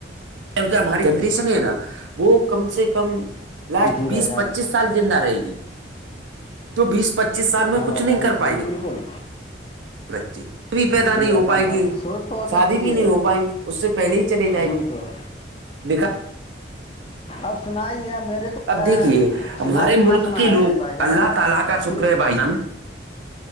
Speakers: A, on the right; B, on the left.
A: جک ہماری جنریشن ہے نا وہ کم سے کم لاسٹ
B: جی
A: بیس
B: بھائی جان
A: پچیس سال زندہ رہے گی تو بیس پچیس سال میں
B: ہاں
A: کچھ
B: بھائی
A: نہیں
B: جان
A: کر
B: بالکل
A: پائیں گے
B: بالکل
A: بچ ک بھی پیید
B: جی
A: نہیں
B: بھائی
A: اوپائے
B: جان آپ
A: کیی
B: کی سوچ بہت
A: شادی
B: اچھی
A: بھی نہیں
B: ہے
A: ہو پائیں گی اس سے پہلے ہی چلے جائیں
B: وہی
A: گے
B: تو
A: لکھا
B: اب سن ہی ہے م نے تو
A: اب دیکھیے ہمارے
B: سنا اتنا
A: ملک
B: سنا
A: کے لوگ
B: ہے بھائی جان
A: اللہ تعالی کا شکر
B: کہ
A: ہے بھائی جان